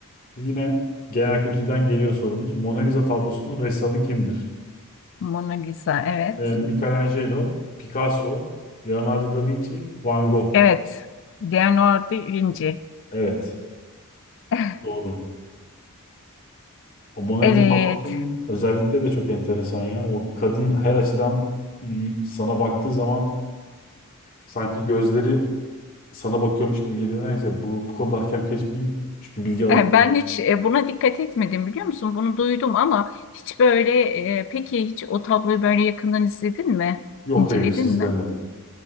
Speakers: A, on the left; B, on the left.
A: Yine genel kültürden geliyor sorumuz. Mona Lisa tablosunun ressamı kimdir?
B: <laughs> Mona Lisa, evet.
A: Ee, Michelangelo, Picasso, Leonardo da Vinci, Van Gogh.
B: Evet, Leonardo da Vinci.
A: Evet.
B: <laughs>
A: Doğru. O Mona
B: Evet,
A: Lisa tablosunun özellikle de çok enteresan ya. O kadın her açıdan y- sana baktığı zaman sanki gözleri sana bakıyormuş gibi geliyor. Neyse bu, bu konuda hakem kesmeyeyim. Çünkü bilgi alındı.
B: Yani ben hiç e, buna dikkat etmedim biliyor musun? Bunu duydum ama hiç böyle, e, peki hiç o tabloyu böyle yakından izledin mi?
A: Yok
B: İnceledin
A: hayır hiç izlemedim.
B: mi?